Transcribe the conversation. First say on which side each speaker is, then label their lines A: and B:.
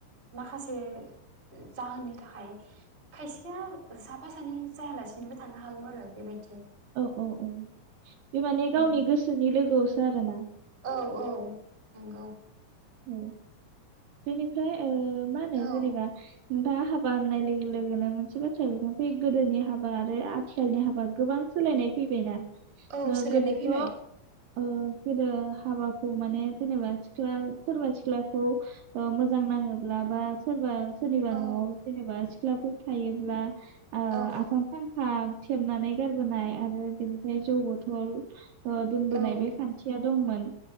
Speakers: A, on the right; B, on the right.
A: माखासे जाहोननि थाखाय खायसेया साफा सानै जायालासिनोबो थानो हागौ आरो बेबायदि
B: औ औ औ बे माने गावनि
A: उम
B: गोसोनि लोगोआव सो आरोना
A: औ औ नंगौ।
B: औ बेनिफ्राय ओ मा होनो
A: औ
B: जेनेबा नोंथाङा हाबा होननाय लोगो लोगोनो मोनसे बाथ्रा बेरखां फैयो गोदोनि हाबा आरो आथिखालनि हाबा गोबां सोलायनाय फैबायना
A: औ
B: ओ
A: सोलायनाय
B: गोदोथ'
A: फैबाय।
B: ओ गोदो हाबाखौ माने जेनेबा सिख्ला सोरबा सिख्लाखौ ओ मोजां नाङोब्ला बा सोरबा सोरनिबा
A: औ
B: न'आव जेनेबा सिख्लाफोर थायोब्ला आ
A: औ औ
B: आसान सानखा सेबनानै गारबोनाय आरो बेनिफ्राय जौ बथल ओ दोनबोनाय
A: औ
B: बे खान्थिया दंमोन।